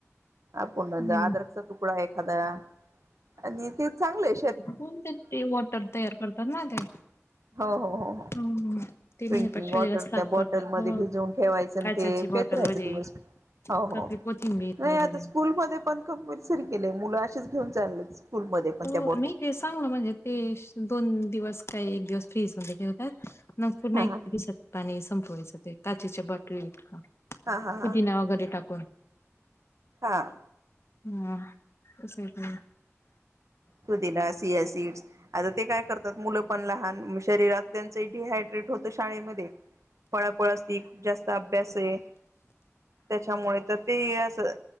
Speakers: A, on the right; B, on the left.
A: आपण म्हण
B: हम्म.
A: अदरचा तुकडा एखादा आणि ते चांगले
B: होण ते ते वॉटर तयार करतात ना ते
A: हो हो हो
B: हम्म ते म्हणजे
A: ड्रिंकिंग
B: पण शरीराला
A: वॉटर
B: साफ
A: त्या बॉटलमध्ये
B: करतात हो
A: भिजवून ठेवायचं आणि
B: काचाची
A: ते
B: बॉटल
A: पित राहायचं
B: वगैरे
A: दिवस हो हो.
B: आपली कोथिंबीर
A: नाही
B: वगैरे
A: आता स्कूलमध्ये पण कंपल्सरी केले. मुलं आशी घेन स्ूल मध्ये पण
B: हो
A: त्या ब
B: नाही ते सांगलं म्हणजे ते दोन दिवस काही एक दिवस फ्रीज होते ठवतात. मग पुूर्ण
A: हा
B: एक
A: हा
B: दिसात पाणी संपवायचं ते काचेच्या बॉटल इत का?
A: हा हा
B: पुदिना
A: हा
B: वगैरे टाकून.
A: हा
B: हम् ते तर
A: पुदिना सियासीड आता ते काय करतात मुलं पण लहान शरीरात त्यांच डिहायड्रेट. त शाळेमध्ये फळापळ अस खूप जास्त अभ्यास आहे. त्याच्यामुळे तर ते असं.